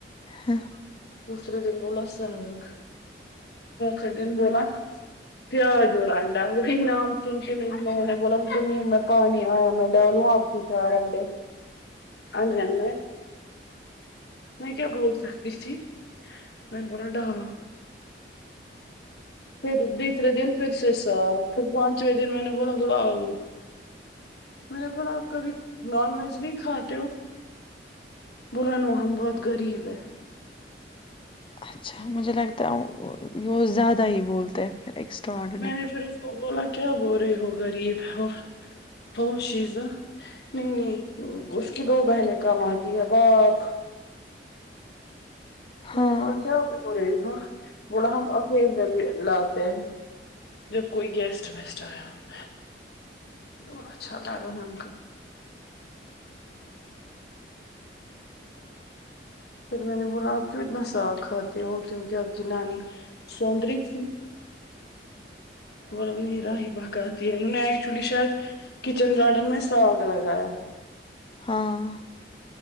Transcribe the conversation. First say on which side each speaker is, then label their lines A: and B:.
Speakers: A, on the left; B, on the left.
A: ہاں
B: دوسرے دن بولا ساگ سے دن بولا پیا جوور آڈا وہی نام سن کے میری بولا مجھ نہیں میں پانی آیا میں ڈالوں آپ کے چار انڈے ہنند <unintelligible> میں کیا بول سکتی تھی میں نے بولا ڈالو پھر دوسرے دن پھر سےسا پ دن میں نے بولا بولا آلو میں نے بولا آپ کبھی نان ویج نہیں کھاتے بول نو ہم بہت غریب ہے
A: اچھا مجھے لگتا ہے وہ زیادہ ہی بولتے ایکسٹاٹ
B: میں نے پھر اس کو بولا کیا بو رہی ہو غریب ہو ہو شیزاں نہیں نہیں اس کی دو بہنیں کام آتی ہیں باپ
A: ہاں
B: میں نے بولا کیا بول بولا ہم اقیلی اللہ آتے ہیں جب کوئی گیسٹ ویسٹ آیا ہو اچھاءلہ الحم پھر میں نے بولا آپ کیوں اتنا ساگ کھاتے ہو کیونکہ آپ کی نانی سندری تھی ب نہیں راہ بقات انہوں نے ایکچولی شاید کچن گارڈن میں ساگ لگایا ہے
A: ہاں